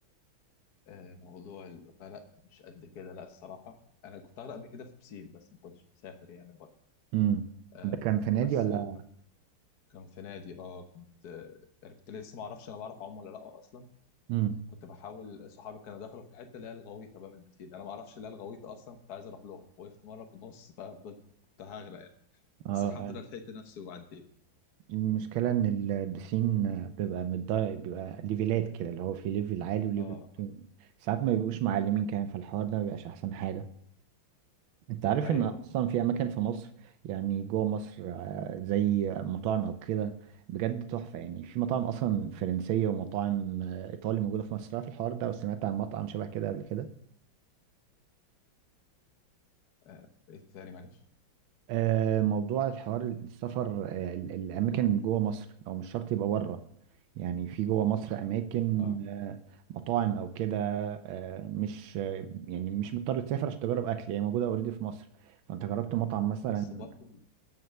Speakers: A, on the left (about 55°); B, on the right (about 75°).
A: آه، موضوع الأغنية لا مش قد كده لا الصراحة أنا كنت أغرق قبل كده في بسين بس ما كنتش مسافر يعني بره
B: امم
A: آه،
B: ده كان في نادي
A: بس
B: ولا
A: الم... كان في نادي اه كنت آه، يعني كنت لسه ما اعرفش انا بعرف اعوم ولا لا اصلا
B: امم
A: كنت بحاول صحابي كانوا دخلوا في الحته اللي هي الغويطه بقى من البسين انا ما اعرفش اللي هي الغويطه اصلا كنت عايز اروح لهم وقفت مره في النص ففضلت كنت هغرق يعني
B: اه
A: بس الحمد لله لحقت نفسي وعديت
B: المشكله ان ال- البسين بيبقى متضايق بيبقى ليفلات كده اللي هو في ليفل عالي وليفل
A: اه آه،
B: واطي. ساعات ما بيبقوش معلمين كمان في الحوار ده ما بيبقاش احسن حاجه انت عارف
A: ايوه
B: ان اصلا في اماكن في مصر يعني جوه مصر آه، زي مطاعم او كده بجد تحفه يعني في مطاعم اصلا فرنسيه ومطاعم آه، ايطالي موجوده في مصر عارف الحوار ده او سمعت عن مطعم شبه كده قبل كده
A: آه، ايه الثاني معلش
B: آه، موضوع الحوار السفر آه، ال- الأماكن جوه مصر أو مش شرط يبقى بره يعني في جوه مصر أماكن
A: اه
B: آه، مطاعم أو كده آه، مش آه، يعني مش مضطر تسافر عشان تجرب أكل هي موجودة أوريدي في مصر فأنت جربت مطعم مثلا
A: بس برضو